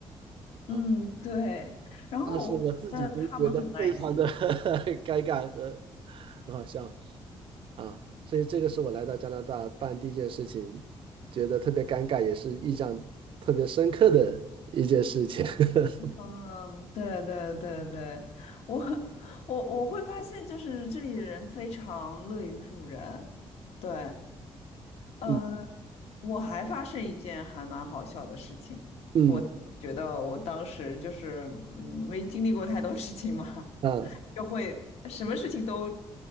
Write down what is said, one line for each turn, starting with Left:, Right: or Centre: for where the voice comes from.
Left: 嗯，
Right: 啊。
Left: 对，然后我会觉得他们很耐心，
Right: 当时我自己都觉得非常的 <laughs> 尴尬和 <laughs> 很好笑。啊，所以这个是我来到加拿大办第一件事情，觉得特别尴尬，也是印象特别深刻的一件事情。<laughs>
Left: 嗯，对对对对，我我我会发现就是这里的人非常乐于助人，对，嗯、
Right: 嗯
Left: 我还发生一件还蛮好笑的事情，
Right: 嗯
Left: 我觉得我当时就是嗯，没经历过太多事情嘛，
Right: 啊
Left: <laughs> 就会什么事情都